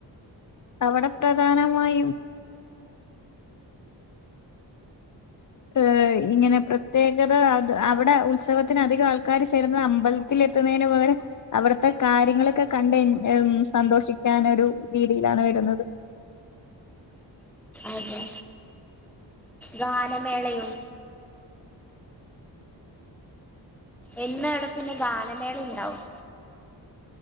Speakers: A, on the left (about 45°); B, in the centre.
A: അവിടെ പ്രധാനമായും ഏ ഇങ്ങനെ പ്രത്യേകത അത് അവിടെ ഉത്സവത്തിന് അധികം ആൾക്കാര് ചേർന്ന് അമ്പലത്തിൽ എത്തുന്നതിന് പകരം അവിടുത്തെ കാര്യങ്ങളൊക്കെ കണ്ട് എൻ സന്തോഷിക്കാനൊരു രീതിയിലാണ് വരുന്നത്.
B: അതെ ഗാനമേളയും എന്നും അവിടെ പിന്നെ ഗാനമേളയുണ്ടാവും.